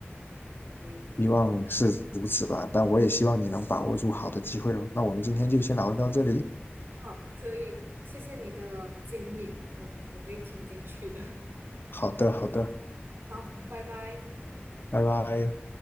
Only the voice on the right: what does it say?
对的。
好，可以，谢谢你的建议，我我会听进去的。<laughs>
好，拜拜。